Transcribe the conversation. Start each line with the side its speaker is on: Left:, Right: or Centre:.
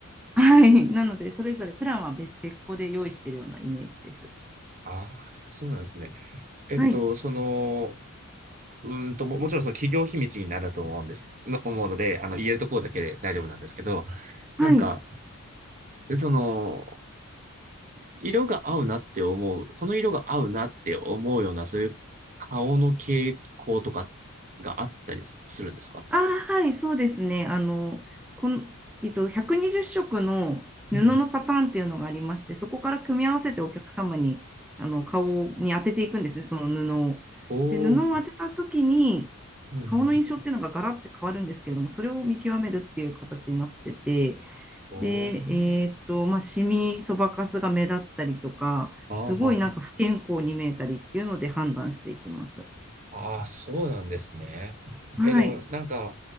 Centre: はい、なので、それぞれプランは別別個で用意しているようなイメージです。
Right: ああ、そうなんですね。えっと、
Centre: はい、
Right: その、うーんと、も、もちろんその企業秘密になると思うんです、の、思うので、あの、言えるところだけで大丈夫なんですけど、なんか、
Centre: はい。
Right: その、色が合うなって思う、この色が合うなって思うような、そういう顔の傾向とかがあったりするんですか
Centre: ああ、はい、そうですね。あの、この、えっと、120色の布のパターンっていうのがありまして、
Right: うん。
Centre: そこから組み合わせてお客様に、あの、顔に当てていくんですね、その布を。
Right: おー、
Centre: で、布を当てた時に、
Right: うん。
Centre: 顔の印象っていうのがガラッて変わるんですけれども、それを見極めるっていう形になってて、
Right: おー、
Centre: で、えっと、まあ、シミ、そばかすが目立ったりとか、
Right: あ
Centre: すごいなんか不健康に見えたりっていうので判断していきます。
Right: あああそうなんですね。
Centre: はい。
Right: え、でも、なんか、